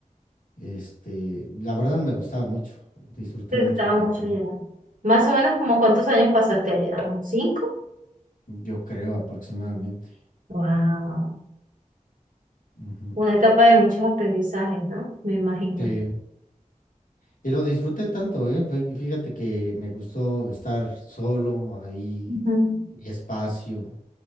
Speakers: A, on the left; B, on the right.
A: Este, la verdad me gustaba mucho, disfruté
B: Te
A: mucho
B: gustaba
A: Cancún,
B: mucho allá. Más o menos como cuántos años pasaste allá, ¿un cinco?
A: yo creo aproximadamente.
B: Wow.
A: Ujú.
B: Una etapa de muchos aprendizajes, ¿no? Me imagino.
A: Sí, y lo disfruté tanto, ¿eh? Fue- Fíjate que me gustó estar solo ahí,
B: Ujú.
A: mi espacio.